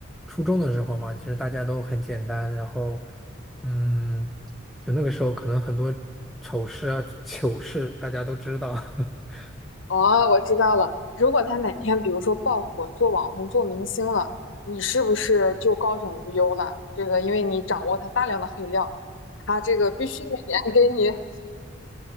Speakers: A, in the centre; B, on the left.
A: 初中的时候嘛，其实大家都很简单，然后嗯，就那个时候可能很多丑事啊、糗事大家都知道 <laughs>
B: 哦，我知道了。如果他哪天比如说爆火，做网红、做明星了，你是不是就高枕无忧了？这个因为你掌握他大量的黑料，他这个必须每年给你